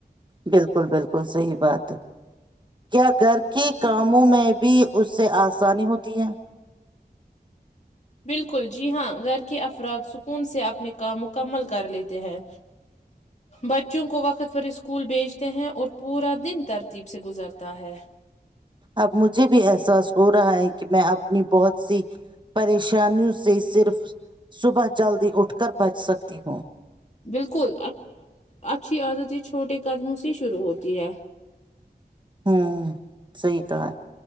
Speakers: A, on the right; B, on the left.
A: بالکل بالکل صحیح بات کیا گھر کے کاموں میں بھی اسے آسانی ہوتی ہے
B: بالکل جی ہاں گھر کے افراد سکون سے اپنے کام مکمل کر لیتے ہیں بچوں کو وقت پر اسکول بھیجتے ہیں اور پورا دن ترتیب سے گزرتا ہے
A: اب مجھے بھی احساس ہو رہا ہے کہ میں اپنی بہت سی پش شانیوں سے صرف صبح کے جلدی اٹھ کر بچ سکتی ہوں
B: بالکل اچھی عادتیں چھوٹے قدموں سے شروع ہوتی ہیں
A: ہوں صحیح کہا